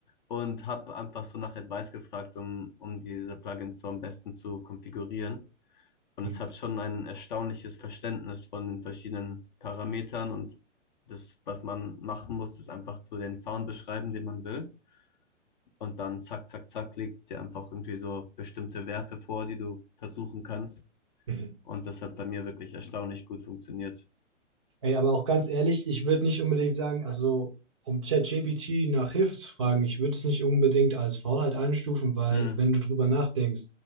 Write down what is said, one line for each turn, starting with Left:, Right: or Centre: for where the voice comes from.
Left: und habe einfach so nach Advice gefragt, um, um diese Plugins so am besten zu konfigurieren. Und
Right: Hm.
Left: es hat schon ein erstaunliches Verständnis von den verschiedenen Parametern und das, was man machen muss, ist einfach so den Sound beschreiben, den man will. Und dann zack, zack, zack, legt es dir einfach irgendwie so bestimmte Werte vor, die du versuchen kannst.
Right: Mhm.
Left: Und das hat bei mir wirklich erstaunlich gut funktioniert.
Right: Ey, aber auch ganz ehrlich, ich würde nicht unbedingt sagen, also um ChatGPT nach Hilfe zu fragen, ich würde es nicht unbedingt als Faulheit einstufen, weil
Left: Hm,
Right: wenn du drüber nachdenkst,